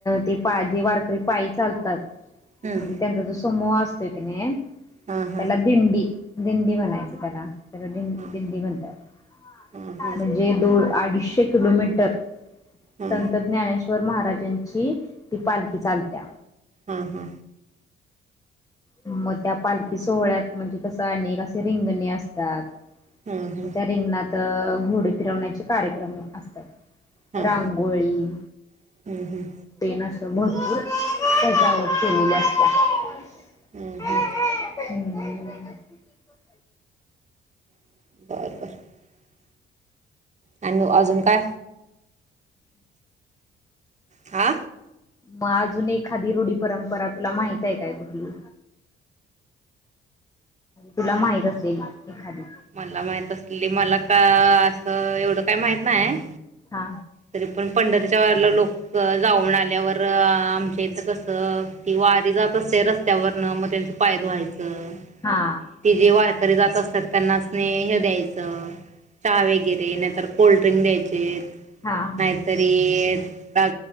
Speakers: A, on the left (about 15°); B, on the right (about 35°).
A: ते पा जे वारकरी पायी चालतात
B: हम्म
A: म्हणजे त्यांचा जो समूह अस असतय क नाही
B: हा हा
A: त्याला दिंडी दिंडी मनायच त्याला त्याला दिंड
B: हा
A: दिंडी म्हणतात
B: हा हा
A: म्हणजे दोन अडीचशे किलोमीटर
B: हा
A: संत ज्ञानेश्वर श्वर महाराजांची ती पालखी चालत्या
B: हा हा
A: मग त्या पालखी सोहळ्यात म्हणजे कसं अनेक असे रिंगणे असतात.
B: हा
A: म रिंगणात त घोडे फिरवण्याचे कार्यक्रम असतात.
B: हा
A: रांगोळी
B: हा हा
A: ते नस भरपूर सजावट केलेली असत्या ह
B: हम्म हम्म <inaudible> आणि मग अजून काय? हा
A: मग अजून एखादी रूढी परंपरा तुला माहित आहे काय कुठली तुला माहित असलेली एखादी
B: मला माहित असली मला का असं एवढं काय माहित नाही?
A: हा
B: तरी पण पंढरीच्या वारीला लोक जाऊन आल्यावर आमच्या इथं कस ती वारी जात असते रस्त्यावरन मग त्यांच पाय धुवायचं
A: हा.
B: ती जे वारकरी जात असतात त्यासनी हे द्यायच चहा वगैरे तर कोल्ड्रिंक द्यायचे
A: हा
B: नाहीतरी का